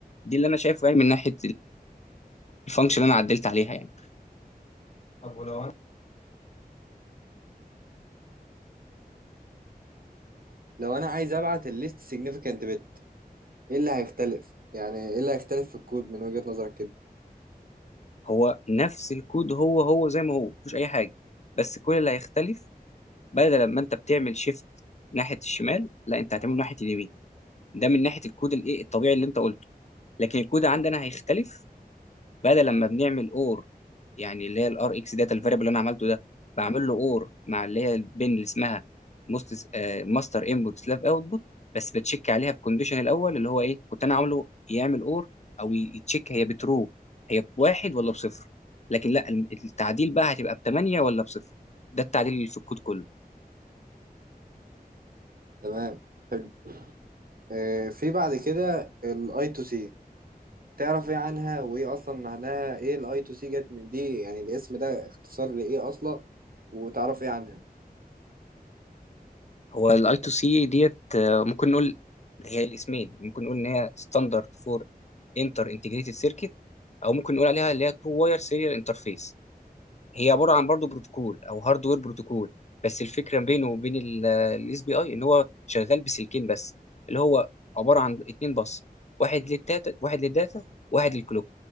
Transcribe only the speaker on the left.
دي اللي انا شايفه يعني من ناحيه الفانكشن اللي انا عدلت عليها يعني طب ولو انا
هو نفس الكود هو هو زي ما هو مفيش اي حاجه بس كل اللي هيختلف بدل ما انت بتعمل شيفت ناحيه الشمال لا انت هتعمله ناحيه اليمين ده من ناحيه الكود الايه الطبيعي اللي انت قلته لكن الكود عندنا هيختلف بدل لما بنعمل اور يعني اللي هي الار اكس داتا الفاريبل اللي انا عملته ده بعمل له اور مع اللي هي البن اللي اسمها مست ماستر انبوت سلاف اوتبوت بس بتشيك عليها بكونديشن الاول اللي هو ايه كنت انا عامله يعمل اور او يتشيك هي بترو هي بواحد ولا بصفر لكن لا الم- التعديل بقى هتبقى بثمانية ولا بصفر ده التعديل اللي في الكود كله
هو الاي تو سي ديت آه، ممكن نقول هي الاسمين ممكن نقول ان هي ستاندرد فور انتر انتجريتد سيركت او ممكن نقول عليها اللي هي تو واير سيريال انترفيس هي عباره عن برضه بروتوكول او هاردوير بروتوكول بس الفكره بينه وبين الاس بي اي ان هو شغال بسلكين بس اللي هو عباره عن اتنين بس واحد للداتا واحد للداتا واحد للكلوك